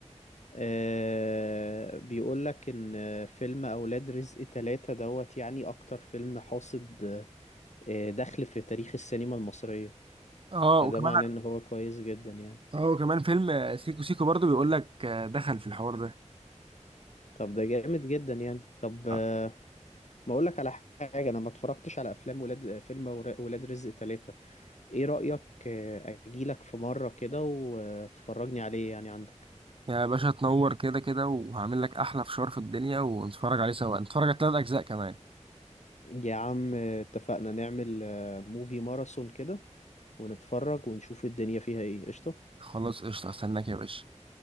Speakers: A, on the left; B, on the right.
A: آه بيقول لك ان فيلم اولاد رزق ثلاثة دوت يعني اكتر فيلم حاصد آه، دخل في تاريخ السينما المصرية
B: اه
A: فده
B: وكمان
A: معناه ان هو كويس جدا يعني
B: اه وكمان فيلم آه، سيكو سيكو برضه بيقول لك آه، دخل في الحوار
A: طب ده جامد جدا يعني طب
B: ده
A: آه، ما اقول لك على حاجة انا ما اتفرجتش على افلام ولاد فيلم ور- ولاد رزق ثلاثة ايه رأيك آه، اجيلك في مرة كده وتفرجني عليه يعني عندك
B: يعني يا باشا تنور كده كده وهعمل لك احلى فشار في الدنيا ونتفرج عليه سوا نتفرج على ثلاث اجزاء كمان
A: يا عم آه، اتفقنا نعمل آه، موفي ماراثون كده ونتفرج ونشوف الدنيا فيها ايه قشطة
B: خلاص قشطه استناك يا باشا